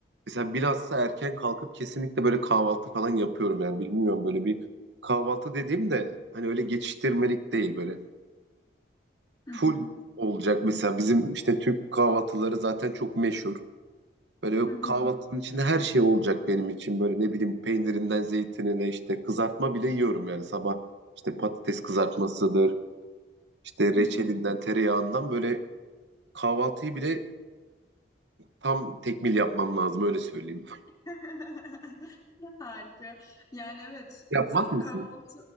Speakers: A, on the right; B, on the left.
A: mesela bilhassa erken kalkıp kesinlikle böyle kahvaltı falan yapıyorum yani bilmiyorum böyle bir kahvaltı dediğim de hani öyle geçiştirmelik değil böyle
B: Hı
A: full
B: hı.
A: olacak mesela bizim işte Türk kahvaltıları zaten çok meşhur. Böyle
B: Hı
A: kahvaltının içinde her şey olacak benim için böyle ne bileyim peynirinden zeytinine işte kızartma bile yiyorum yani sabah işte patates kızartmasıdır işte
B: hı.
A: reçelinden
B: <laughs>
A: tereyağından böyle Kahvaltıyı bile tam tekmil yapmam lazım öyle söyleyeyim.
B: <laughs> Harika. Yani evet
A: Yapmak
B: zaten
A: mısın?
B: kahvaltı